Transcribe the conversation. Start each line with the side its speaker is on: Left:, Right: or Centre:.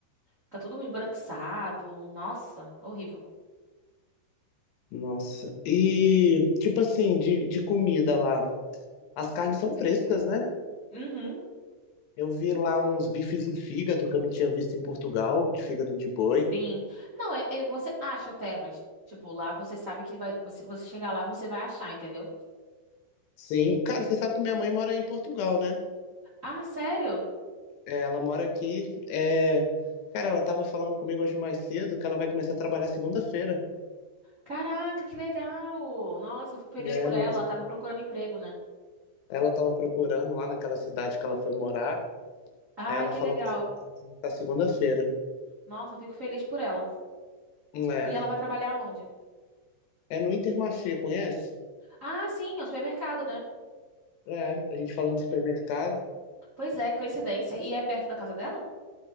Right: fica tudo esbranquiçado. Nossa, horrível.
Left: Nossa. E, tipo assim, de, de comida lá. As carnes são frescas, né?
Right: Uhum,
Left: Eu vi lá uns bifes de fígado que eu não tinha visto em Portugal, de fígado de boi.
Right: sim. Não, é, é- você acha até, mas tipo, lá você sabe que vai, você, você chegar lá, você vai achar, entendeu?
Left: Sim. Cara, você sabe que minha mãe mora em Portugal, né?
Right: Ah, sério?
Left: É, ela mora aqui. É... Cara, ela tava falando comigo hoje mais cedo que ela vai começar a trabalhar segunda-feira,
Right: Caraca, que legal! Nossa, eu fico feliz
Left: né?
Right: por
Left: no-
Right: ela. Ela tava procurando emprego, né?
Left: Ela tava procurando lá naquela cidade que ela foi morar.
Right: Ai,
Left: Aí ela
Right: que
Left: falou
Right: legal.
Left: pra mim que tá segunda-feira.
Right: Nossa, eu fico feliz por ela.
Left: É,
Right: E ela vai trabalhar onde?
Left: é no Intermarché, conhece?
Right: Ah, sim, é um supermercado, né?
Left: É, a gente falando de supermercado.
Right: Pois é, coincidência. E é perto da casa dela?